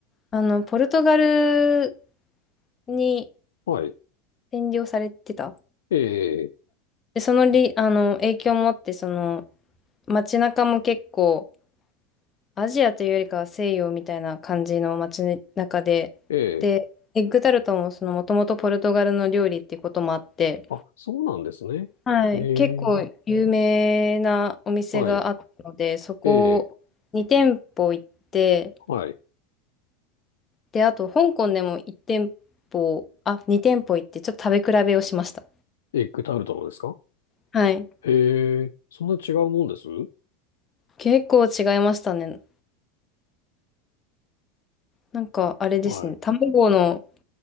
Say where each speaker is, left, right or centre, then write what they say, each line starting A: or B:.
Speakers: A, on the left; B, on the left.
A: あの、ポルトガルに
B: はい。
A: 占領されてた。
B: ええ、
A: で、そのり、あの、影響もあって、その、街中も結構、アジアというよりかは西洋みたいな感じの街中で、
B: ええ、
A: で、エッグタルトもその、もともとポルトガルの料理っていうこともあって、
B: あ、そうなんですね。
A: はい、
B: ええ、
A: 結構有名なお店があったので、
B: はい。
A: そこ2店舗行って、
B: ええ、はい。
A: で、あと香港でも1店舗、あ、2店舗行って、ちょっと食べ比べをしました。
B: エッグタルトのですか
A: はい。
B: へえ、そんな違うもんです
A: 結構違いましたね。なんかあれですね、
B: はい。
A: 卵の